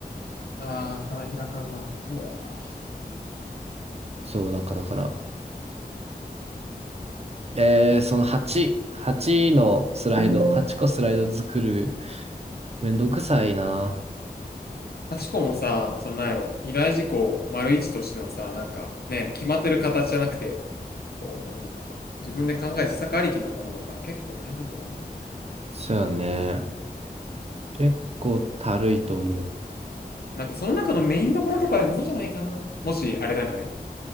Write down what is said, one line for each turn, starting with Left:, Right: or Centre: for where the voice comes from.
Left: ああ、課題開かんな。うわー
Right: そう、なんかだから、えー、その8、8のスライド、8個スライド作る、めんどくさいな。
Left: ハチコもさ、そのなんやろ、依頼事項丸一としてのさ、なんかね、決まってる形じゃなくて、こう、なんていうのかな。自分で考える施策ありきのものだから結構大変だと思うんだよな。
Right: そうやね。結構たるいと思う。
Left: なんかその中のメインどころとかでもいいんじゃないかな。もし、あれならね。